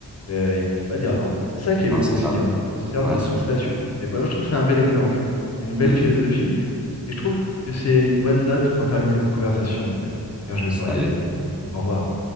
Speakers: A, on the left; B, in the centre.
A: euh, ils peuvent pas dire non. C'est ça qui
B: Non,
A: est beau
B: c'est
A: aussi,
B: ça.
A: hein. Il se sert
B: Ouais,
A: de
B: c'est.
A: son statut. Et moi, je trouve que c'est un bel exemple, c'est une belle
B: Hmm.
A: philosophie, et je trouve que c'est une bonne note pour terminer notre conversation, mon ami, car je vais
B: Salut.
A: devoir y aller. Au revoir.